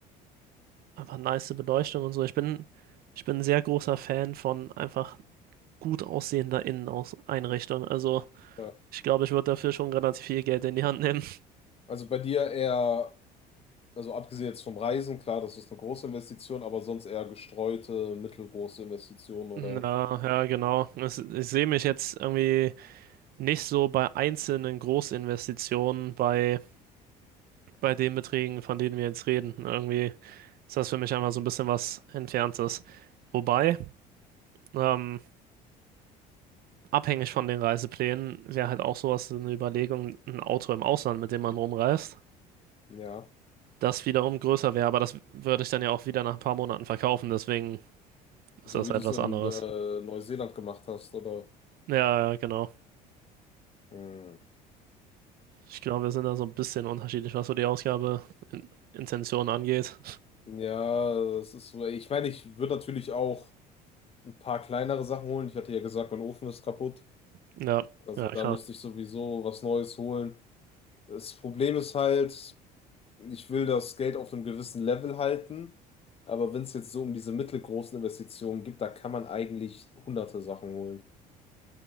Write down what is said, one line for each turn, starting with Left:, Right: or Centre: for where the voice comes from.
Right: einfach nice Beleuchtung und so. Ich bin, ich bin ein sehr großer Fan von einfach gut aussehender Inneneinrichtung. Also
Left: Klar.
Right: ich glaube, ich würde dafür schon relativ viel Geld in die Hand nehmen.
Left: Also bei dir eher, also abgesehen jetzt vom Reisen, klar, das ist eine große Investition, aber sonst eher gestreute, mittelgroße Investitionen oder
Right: Ja, ja, genau. Es- Ich sehe mich jetzt irgendwie Nicht so bei einzelnen Großinvestitionen, bei, bei den Beträgen, von denen wir jetzt reden. Irgendwie ist das für mich einfach so ein bisschen was Entferntes. Wobei, ähm, abhängig von den Reiseplänen, wäre halt auch sowas eine Überlegung, ein Auto im Ausland, mit dem man rumreist,
Left: ja,
Right: das wiederum größer wäre. Aber das würde ich dann ja auch wieder nach ein paar Monaten verkaufen, deswegen ist
Left: so
Right: das
Left: wie
Right: halt
Left: du es
Right: was
Left: in
Right: anderes.
Left: äh, Neuseeland gemacht hast, oder?
Right: Ja, ja, ja, genau.
Left: Hm.
Right: Ich glaube, wir sind da so ein bisschen unterschiedlich, was so die Ausgabe in Intention angeht.
Left: Ja, das ist so. Ich meine, ich würde natürlich auch ein paar kleinere Sachen holen. Ich hatte ja gesagt, mein Ofen ist kaputt.
Right: Ja,
Left: Also
Right: ja,
Left: da
Right: klar.
Left: müsste ich sowieso was Neues holen. Das Problem ist halt. ich will das Geld auf einem gewissen Level halten, aber wenn es jetzt so um diese mittelgroßen Investitionen gibt, da kann man eigentlich hunderte Sachen holen.